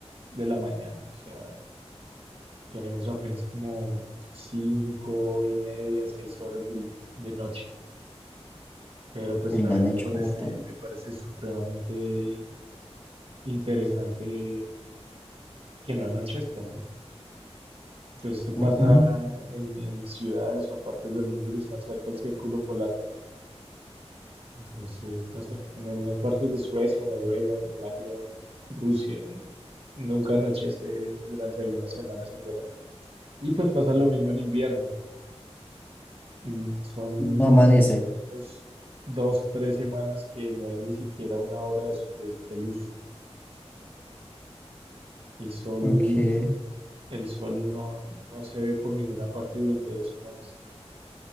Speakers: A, on the right; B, on the left.
A: de la mañana. O sea, tenemos apenas como 5 y media, 6 horas del- de, noche. Pero pues
B: en
A: también
B: la noche
A: me parece,
B: como tal.
A: me parece supremamente interesante que no anochezca, ¿no? Pues esto
B: ujú.
A: pasa en, en ciudades o partes del mundo que están cerca del círculo polar. Entonces, no sé, en algunas partes de Suecia, Noruega, Finlandia, Rusia, n- nunca anochece durante algunas semanas en verano. Y pues pasa lo mismo en invierno. Mm, Son
B: No amanece.
A: más o menos dos, tres semanas que no hay ni siquiera una hora de, de- de luz. El sol,
B: Ok.
A: el sol no, no se ve por ninguna parte durante dos semanas.